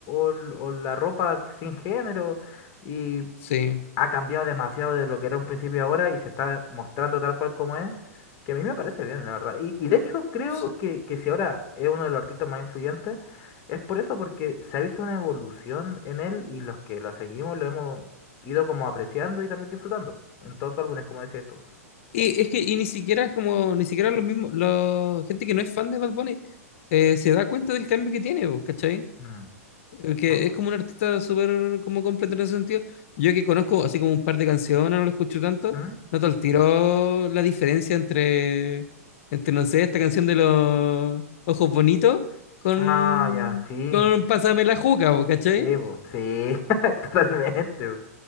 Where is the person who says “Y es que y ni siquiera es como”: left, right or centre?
Left